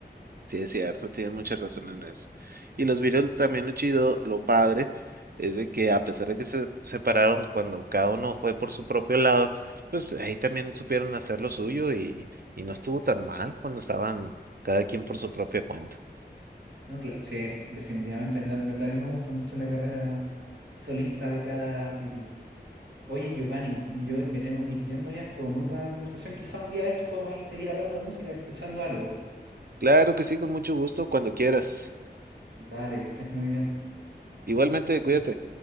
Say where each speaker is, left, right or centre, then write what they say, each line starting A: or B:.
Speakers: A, on the right; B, on the right.
A: Sí, es cierto, tienes mucha razón en eso. Y los Beatles también lo chido, lo padre, es de que a pesar de que se separaron cuando cada uno fue por su propio lado, pues ahí también supieron hacer lo suyo y, y no estuvo tan mal cuando estaban cada quien por su propia cuenta.
B: No, cla- sí, definitivamente. A mí tam- también me gusta mucho la carrera solista de cada Beatle. Oye, Giovanni, yo me tengo que ir yendo ya. Estuvo muy buena la conversación. Quizá un día de estos podemos ir seguir hablando de música, escuchando algo.
A: Claro que sí, con mucho gusto, cuando quieras.
B: Vale, que estés muy bien.
A: Igualmente, cuídate.